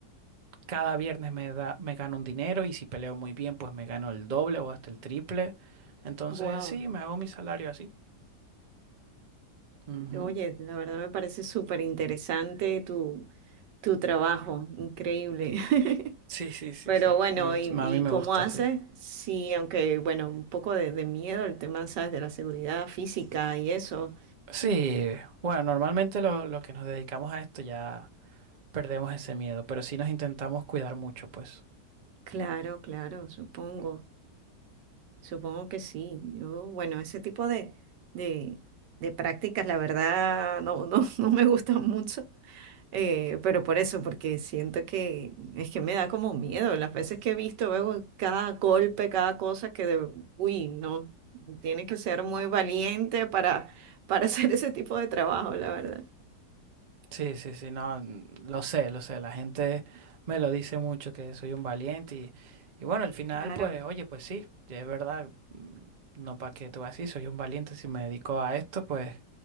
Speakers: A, on the right; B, on the right.
A: Cada viernes me da, me gano un dinero y si peleo muy bien, pues me gano el doble o hasta el triple. Entonces,
B: Wow.
A: sí, me hago mi salario así. Ujú.
B: Oye, la verdad me parece súper interesante tu, tu trabajo. Increíble. <laughs>
A: Sí, sí, sí,
B: Pero
A: sí.
B: bueno,
A: A mí,
B: ¿y,
A: a
B: y
A: mí me
B: cómo
A: gusta
B: haces?
A: sí
B: Sí, aunque, bueno, un poco de, de miedo el tema, ¿sabes? De la seguridad física y eso.
A: Sí, bueno, normalmente lo, lo que nos dedicamos a esto ya perdemos ese miedo, pero sí nos intentamos cuidar mucho, pues.
B: Claro, claro, supongo. Supongo que sí. Yo, bueno, ese tipo de, de, de prácticas, la verdad, no, no, <laughs> no me gustan mucho. eh, pero por eso, porque siento que es que me da como miedo. Las veces que he visto, veo cada golpe, cada cosa que de, uy, no, tiene que ser muy valiente para, para <laughs> hacer ese tipo de trabajo, la verdad.
A: Sí, sí, sí, no, n- lo sé, lo sé, la gente me lo dice mucho que soy un valiente y, y bueno, al final,
B: Claro,
A: pues, oye, pues sí, ya es verdad, mm, no para qué te vas a soy un valiente, si me dedico a esto, pues